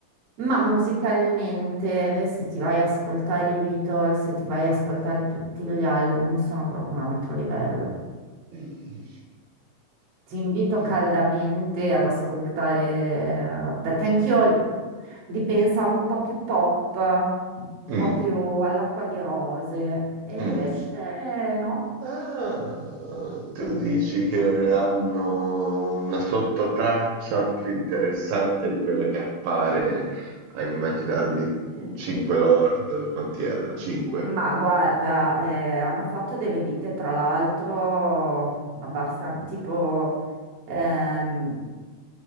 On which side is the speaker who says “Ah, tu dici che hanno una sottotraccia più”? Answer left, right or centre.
Right